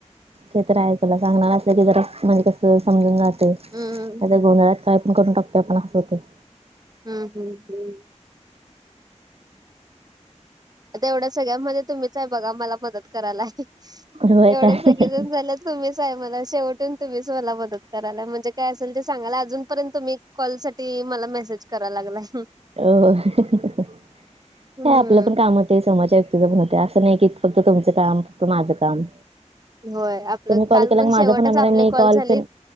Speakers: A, on the right; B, on the right.
A: ते तर आहे तुला सांगणार अस की जरा म्हणजे कस समजून जाते त्या
B: हम्म
A: गोंधळ काय पण करून टाकते आपण असं होते.
B: हम्म हम्म हम्म. आता एवढ्या सगळ्या म्हणजे तुम्हीच आहे बघा मला मदत करायलाय
A: होय
B: एवढ्या
A: काय
B: सगळे जण झाल्या. तुम्हीच आहे मला शेवटून तुम्हीच मला मदत करायला म्हणजे काय असेल ते सांगयला अजूनपर्यंत तुम्ही कॉल साठी मला मेसेज कराय लागलाय.
A: अ काय
B: हम्म
A: आपलं पण काम समाज त म्हणते असं नाही की फक्त तुमचं काम फक्त माझं काम.
B: होय आपलं
A: तुम्ही
B: काल
A: कॉल केला माझा
B: शेवटच
A: पण होणार
B: आपले
A: आहे मी कॉल
B: झालेत.
A: पण